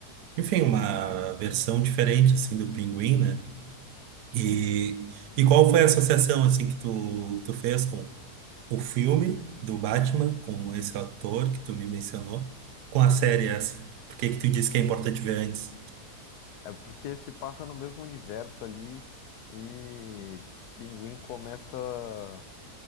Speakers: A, on the right (about 80°); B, on the left (about 75°).
A: enfim, uma versão diferente, assim, do Pinguim, né? E,
B: Sim.
A: e qual foi a associação assim que tu, tu fez com o filme do Batman, com esse ator que tu me mencionou, com a série essa? Por que que tu disse que é importante ver antes?
B: É porque se passa no mesmo universo ali e Pinguim começa